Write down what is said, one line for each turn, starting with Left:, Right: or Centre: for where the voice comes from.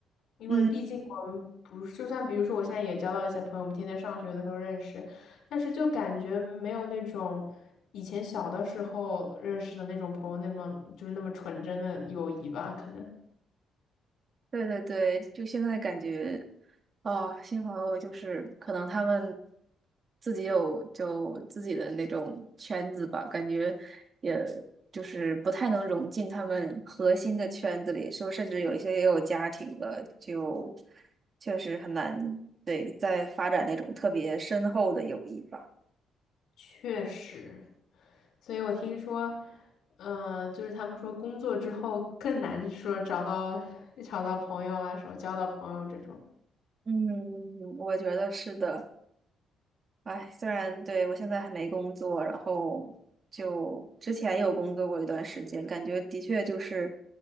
Left: 因为毕竟我们不是，
Right: 嗯，
Left: 就算比如说我现在也交到一些朋友，我们天天上学的时候认识，但是就感觉没有那种以前小的时候认识的那种朋友那么就是那么纯真的友谊吧，可能
Right: 对对对，就现在感觉。哦，新朋友就是可能他们自己有就自己的那种圈子吧，感觉也就是不太能融进他们核心的圈子里，就甚至有一些也有家庭了，就确实很难，对，再发展那种特别深厚的友谊吧。
Left: 确实。所以我听说，嗯、就是他们说工作之后更难说找到 <laughs> 找到朋友啊，什么交到朋友这种。
Right: 嗯，我觉得是的。哎，虽然对我现在还没工作，然后就之前有工作过一段时间，感觉的确就是